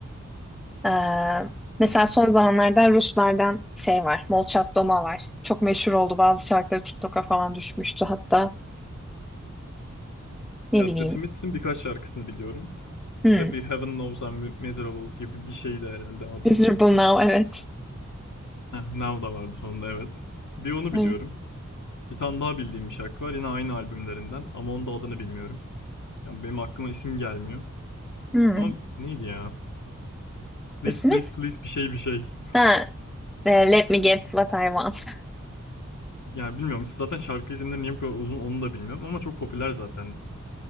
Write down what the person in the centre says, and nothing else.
eee, mesela
son zamanlarda Ruslardan şey var. Molchat Doma var. Çok meşhur oldu. Bazı şarkıları TikTok'a falan düşmüştü hatta. Ne
bileyim.
Hmm.
Miserable Now evet.
Evet.
Hmm.
The Smiths?
Ha, e, Let Me Get What I Want. <laughs>